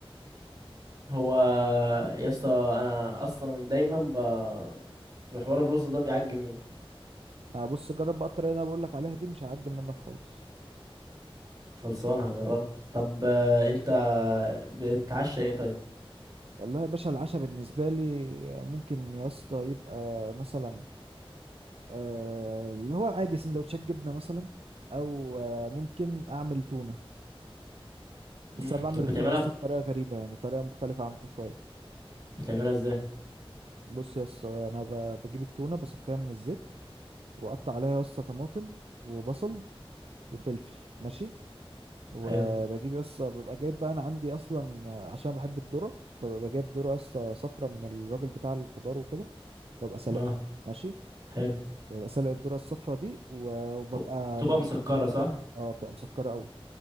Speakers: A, on the right; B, on the right.
A: هو يا اسطى انا اصلا دايما ب... في حوار الرز ده بيعجب مني
B: آه، بص جرب بقى الطريقه اللي انا بقول لك عليها دي مش هعجب منك خالص
A: خلصان هجربها طب آه، انت بتتعشى ايه طيب
B: والله يا باشا العشاء بالنسبه لي ممكن يا اسطى يبقى مثلا آه، اللي هو عادي سندوتشات جبنة مثلا أو آه، ممكن أعمل تونة بس
A: امم
B: أنا بعمل
A: طب
B: التونة
A: بتعملها
B: لسه بطريقة غريبة يعني طريقة مختلفة عنكم شوية
A: بتعملها ازاي
B: بص يا اسطى أنا ب- بجيب التونة بصفيها من الزيت وأقطع عليها يا اسطى طماطم وبصل وفلفل ماشي وبجيب
A: حلو
B: يا اسطى ببقى جايب بقى أنا عندي أصلا آه، عشان بحب الذرة فببقى جايب ذرة يا اسطى صفرا من الراجل بتاع الخضار وكده ببقى سالقها
A: اه
B: ماشي
A: حلو
B: ببقى سالق الذرة الصفرا دي و- وببقى
A: بت- بتبقى
B: م-
A: مسكرة صح
B: اه بتبقى مسكرة قوي